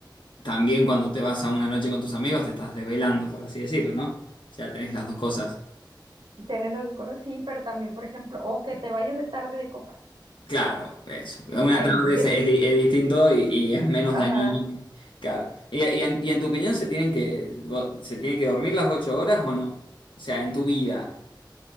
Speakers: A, on the left; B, on the right.
A: también cuando te vas a una noche con tus amigos, te estás desvelando, por así decirlo, ¿no? O sea, tenés las dos cosas.
B: tienes las dos cosas, sí, pero también, por ejemplo, o que te vayas de tarde de copas.
A: Claro, eso. Una
B: Ahí
A: tarde es, es di- es distinto y, y es menos
B: Ajá,
A: dañino. que- Claro. Y, y en, y en tu opinión se tienen que vo- se tiene que dormir las ocho horas o no? O sea, en tu vida.